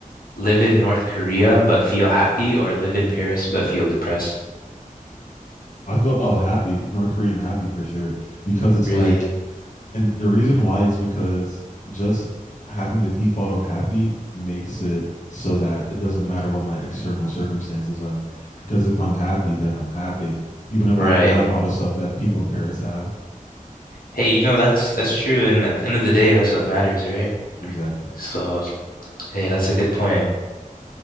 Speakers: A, on the left (about 85°); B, on the left (about 55°).
A: live in North Korea but feel happy or live in Paris but feel depressed?
B: I feel oh happy North Korean happy for sure because it's
A: Really?
B: like and the reason why it's because just having the default of happy makes it so that it doesn't matter what my external circumstances are because if I'm happy then I'm happy even if
A: Right.
B: I don't have all the stuff that people in Paris have
A: Hey, you know that's that's true, and at the end of the day, that's what matters, right?
B: exactly
A: So, hey, that's a good point.